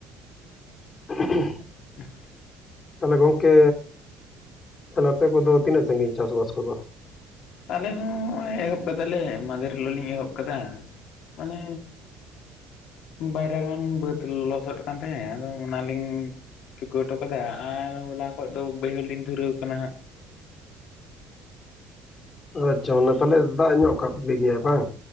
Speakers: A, on the left; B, on the left.
A: <unintelligible>
B: <unintelligible>
A: ᱛᱟᱦᱞᱮ ᱜᱚᱝᱠᱮ ᱛᱟᱞᱦᱮ ᱟᱯᱮ ᱠᱚᱫᱚ ᱛᱤᱱᱟᱹᱜ ᱥᱟᱺᱜᱤᱧ ᱪᱟᱥᱵᱟᱥ ᱠᱚᱫᱚ?
B: ᱟᱞᱮ ᱦᱚᱸ ᱦᱚᱸᱜᱼᱚᱭ ᱮᱦᱚᱵ ᱠᱟᱫᱟᱞᱮ ᱢᱟᱸᱫᱷᱮᱨ ᱦᱤᱞᱳᱜ ᱞᱤᱧ ᱮᱦᱚᱵ ᱟᱠᱟᱫᱟ᱾ ᱢᱟᱱᱮ ᱵᱟᱭᱨᱟ ᱜᱟᱱ ᱵᱟᱹᱫᱽ ᱞᱚᱥᱚᱫ ᱠᱟᱱ ᱛᱟᱦᱮᱸᱫ ᱟᱫᱚ ᱚᱱᱟᱞᱤᱧ ᱪᱩᱠᱟᱹᱣ ᱴᱚ ᱠᱟᱫᱟ, ᱟᱨ ᱦᱚᱞᱟ ᱠᱷᱚᱡ ᱫᱚ ᱵᱟᱹᱭᱦᱟᱹᱲ ᱞᱤᱧ ᱫᱷᱩᱨᱟᱹᱣ ᱟᱠᱟᱱᱟ ᱦᱟᱸᱜ᱾
A: ᱟᱪᱪᱷᱟ ᱢᱟᱱᱮ ᱛᱟᱞᱦᱮ ᱫᱟᱜ ᱧᱚᱜ ᱠᱟᱜ ᱯᱮᱜᱮᱭᱟᱭ ᱵᱟᱝ?